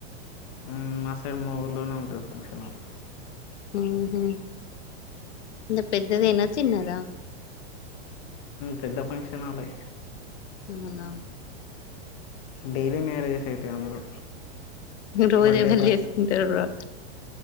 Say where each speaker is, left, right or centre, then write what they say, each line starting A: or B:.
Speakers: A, on the left; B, on the left.
A: హ్మ్. మా సైడ్ మా ఊర్లోనే ఉంటది ఫంక్షన్ హాల్
B: ఉహు ఇంకా పెద్దదేనా చిన్నదా
A: పెద్ద ఫంక్షన్ హాలే
B: అవునా
A: డైలీ మ్యారేజెస్ అయితాయి అందులో
B: రోజు
A: బర్త్డే
B: ఎవలు చేసుకుంటారు బ్రో